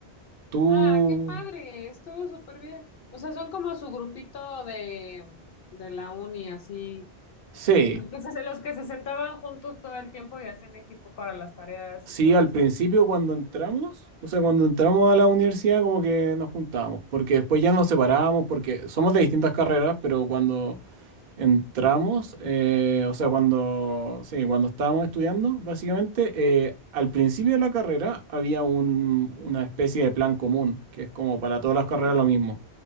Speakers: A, on the right (about 50°); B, on the left (about 60°).
A: Tú,
B: Ah, qué padre, estuvo súper bien. O sea, son como su grupito de, de la uni, así.
A: sí.
B: Los que se, los que se sentaban juntos todo el tiempo y hacían equipo para las tareas
A: Sí,
B: y todo
A: al
B: eso.
A: principio cuando entramos, o sea, cuando entramos a la universidad como que nos juntábamos, porque después ya nos separábamos, porque somos de distintas carreras, pero cuando entramos, eh, o sea, cuando, sí, cuando estábamos estudiando, básicamente, eh, al principio de la carrera había un- una especie de plan común, que es como para todas las carreras
B: Ajá.
A: lo mismo.